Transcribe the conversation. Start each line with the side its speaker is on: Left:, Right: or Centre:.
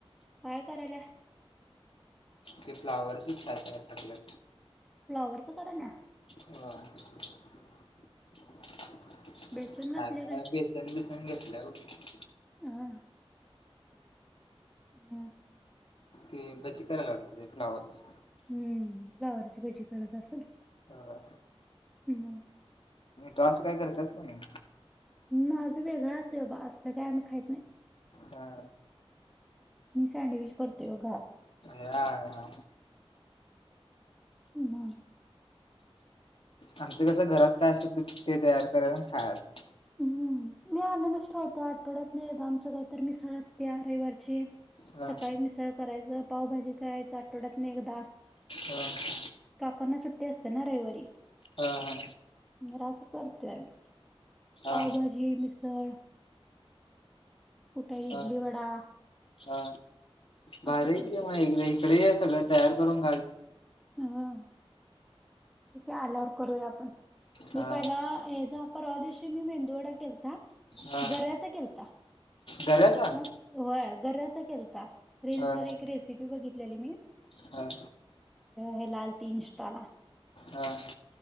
Centre: काय करालिया?
Left: ते फ्लावरच काय तर आय
Centre: फ्लावर च करालिया?
Left: हा <unintelligible> संन बीसन
Centre: बेसन घातल्या
Left: घेतल्या
Centre: काय
Left: वो.
Centre: हा हम्.
Left: ते बज्जी करायल्या वाटत ते फ्लावर च.
Centre: हम्म, फ्लावरची भजी करत असल.
Left: हा.
Centre: म
Left: तू असं काय करतियास का नाय?
Centre: माज वेगळं असतंय बाबा अस काय आम्ही खाईत नाय.
Left: हा.
Centre: मी सँडविच करतोय बघा.
Left: या या.
Centre: म
Left: आमच कसं घरात काय असेल ते तयार करायच अन् खायाचं.
Centre: हम्म, मी आणूनच ठेवतो आठवड्यातन एकदा आमचं काही तर मिसळ असत्या रयवारची.
Left: हा
Centre: सकाळी मिसळ करायचं पावभाजी करायचं आठवड्यातन एकदा.
Left: हा
Centre: काकांना सुट्टी असत्या ना रयवारी.
Left: हा हा.
Centre: रास करतोय आम्ही पावभाजी,
Left: हा
Centre: मिसळ कुठ इडली
Left: हा
Centre: वडा
Left: हा भारी
Centre: असं
Left: आय
Centre: करतोय.
Left: की मग एकदा इकड ए सगळं तयार करून घाल.
Centre: हा. ठीके आल्यावर करूया आपण मी
Left: हा
Centre: पहिला हेजा परवा दिवशी मी मेंदूवडा केलता
Left: हा
Centre: गऱ्याचा केलता
Left: गऱ्याचा
Centre: मस्त होय गाऱ्याचा केलता रिल्सवर
Left: हा
Centre: एक रेसिपी बघितल्याली मी
Left: हा.
Centre: हेला आलती इन्स्टाला.
Left: हा.